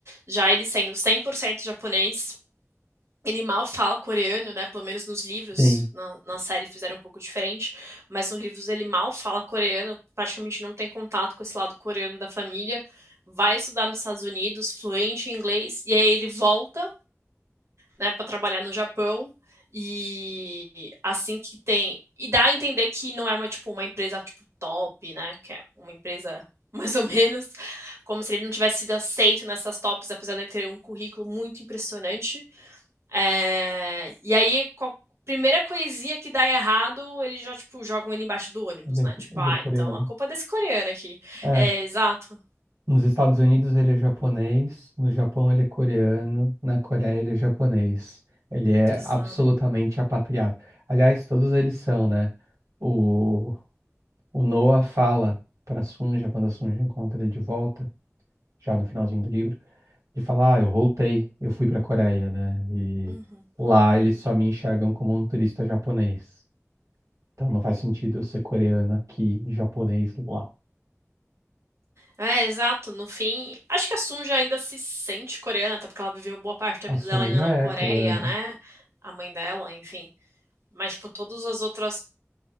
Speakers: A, on the right; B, on the right.
A: já ele sendo 100% japonês, Ele mal fala coreano, né? Pelo menos nos livros,
B: Sim,
A: na, na série fizeram um pouco diferente, mas nos livros ele mal fala coreano, praticamente não tem contato com esse lado coreano da família. Vai estudar nos Estados Unidos, fluente em inglês, e aí ele volta, né, para trabalhar no Japão. E assim que tem. E dá a entender que não é uma, tipo, uma empresa tipo top, né? Que é uma empresa <laughs> mais ou menos, como se ele não tivesse sido aceito nessas tops, apesar dele ter um currículo muito impressionante. É, e aí, qual- primeira coisinha que dá errado, eles já, tipo, jogam ele embaixo do ônibus,
B: ele é,
A: né? Tipo,
B: ele
A: ah,
B: é coreano.
A: então a culpa é desse coreano aqui.
B: É,
A: É, exato,
B: nos Estados Unidos ele é japonês, no Japão ele é coreano, na Coreia ele é japonês. Ele é
A: exato.
B: absolutamente apatriado. Aliás, todos eles são, né? O O Noah fala para Sunja, quando a Sunja encontra ele de volta, já no finalzinho do livro, ele fala: Ah, eu voltei, eu fui para a Coreia, né? E
A: Uhum.
B: lá eles só me enxergam como um turista japonês. Então não faz sentido eu ser coreano aqui e japonês lá.
A: É, exato. No fim, acho que a Sunja ainda se sente coreana, até porque ela viveu boa parte da
B: A
A: vida
B: Sunja
A: dela ainda na
B: é
A: Coreia,
B: coreana.
A: né? A mãe dela, enfim. Mas, tipo, todas as outras